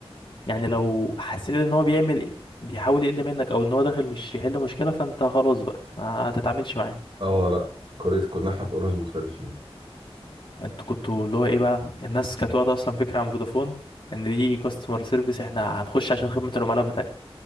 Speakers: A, on the left; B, on the right.
A: يعني لو حسيت ان هو بيعمل بيحاول يقل منك او ان هو داخل مش يحل مشكله فانت خلاص بقى ما تتعاملش معاه
B: آه، لا كوريا كنا احنا في اورنج مختلفين
A: انتوا كنتوا اللي هو ايه بقى الناس كانت واخده اصلا فكره عن فودافون ان دي كاستمر سيرفيس احنا هنخش عشان خدمه العملاء